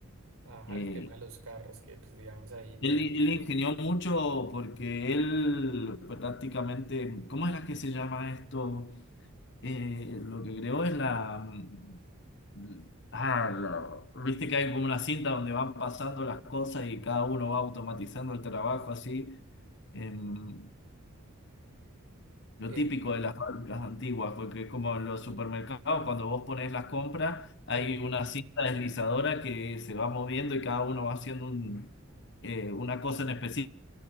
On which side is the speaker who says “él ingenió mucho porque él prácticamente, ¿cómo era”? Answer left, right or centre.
Left